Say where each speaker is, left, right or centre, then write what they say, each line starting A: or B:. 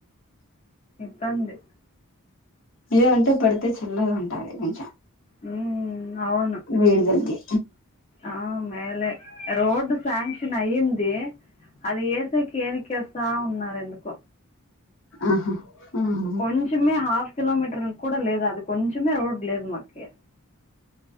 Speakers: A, on the left (about 30°); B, on the left (about 60°).
A: ఇబ్బంది
B: ఏ అంటే పడితే చల్లగ ఉంటది కొంచెం
A: హ్మ్ అవును
B: వేడితగ్గే
A: ఆ మేలే రోడ్ శాంక్షన్ అయ్యింది అది ఏసెకి ఏనికేస్థ ఉన్నారు ఎందుకో
B: ఆహా ఆహ్
A: కొంచమే హాఫ్ కిలోమీటర్ కూడ లేదు అది కొంచెమే రోడ్ లేదు మ ఒకే